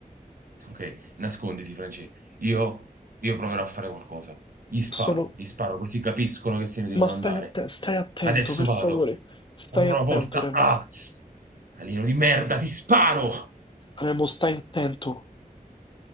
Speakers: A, on the right; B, on the left.
A: ok, nasconditi, Francesco. Io, io proverò a fare qualcosa. Gli sparo,
B: Sono...
A: gli sparo, così capiscono che se ne devono
B: Ma stai,
A: andare.
B: atte- stai attento,
A: Adesso
B: per
A: vado.
B: favore. Stai
A: Apro la
B: attento,
A: porta.
B: Remo.
A: Ah! Alieno di merda, ti sparo!
B: Remo, stai attento.